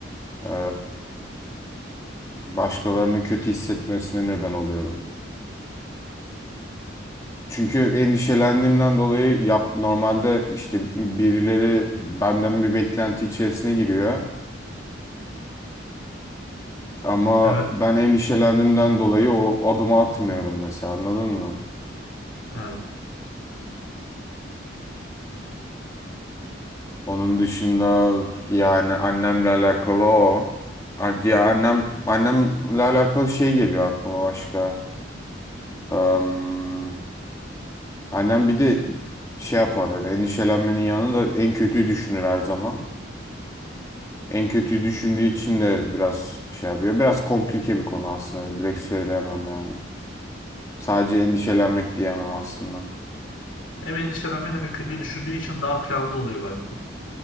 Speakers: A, on the left; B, on the left.
A: e, başkalarının kötü hissetmesine neden oluyorum. Çünkü endişelendiğimden dolayı yap, normalde işte birileri benden bir beklenti içerisine giriyor. Ama
B: Evet.
A: ben endişelendiğimden dolayı o adımı atmıyorum mesela anladın mı?
B: Evet.
A: Onun dışında yani annemle alakalı o. A- Diye annem annemle alakalı şey geliyor aklıma başka. Am, annem bir de şey yapar hani endişelenmenin yanında en kötüyü düşünür her zaman. En kötüyü düşündüğü için de biraz şey yapıyor. Biraz komplike bir konu aslında. Öyle direkt söyleyemem yani. Sadece endişelenmek diyemem aslında.
B: Hem endişelenme hem de kötüyü düşündüğü için daha planlı oluyor belki de.